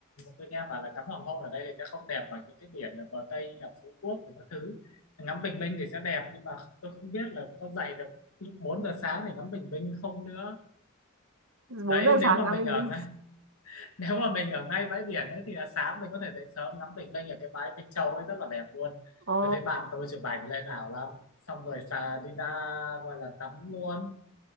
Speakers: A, on the left (about 85°); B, on the right (about 65°).
A: tôi nghe bảo là ngắm hoàng hôn ở đây thì nó không đẹp bằng những cái biển ở bờ Tây là Phú Quốc thì các thứ ngắm bình minh thì sẽ đẹp nhưng mà tôi không biết là có dậy được lúc 4 giờ sáng thì ngắm bình minh không nữa đấy
B: bốn giờ
A: nếu
B: sáng
A: mà
B: ngắm
A: mình
B: bình
A: ở
B: minh.
A: ngay nếu mà mình ở ngay bãi biển ấy thì là sáng mình có thể dậy sớm ngắm bình minh ở cái bãi Minh Châu ấy rất là đẹp luôn
B: Ồ,
A: tôi thấy bạn tôi chụp ảnh lên ảo lắm xong rồi xà đi ra gọi là tắm luôn